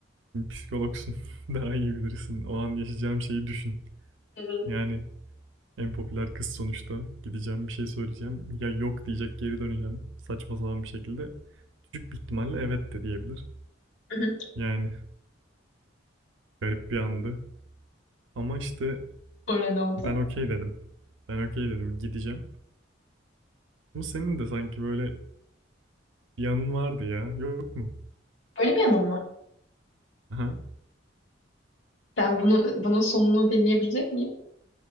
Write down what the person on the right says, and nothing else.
psikologsun <laughs> daha iyi bilirsin. O an yaşayacağım şeyi düşün.
Yani en popüler kız sonuçta. Gideceğim bir şey söyleyeceğim. Ya yok diyecek geri döneceğim. Saçma sapan bir şekilde. Küçük bir ihtimalle evet de diyebilir.
Yani Garip bir andı. Ama işte
ben okey dedim. Ben okey dedim gideceğim. Ama senin de sanki böyle bir yanın vardı ya. Yok mu?
Aha.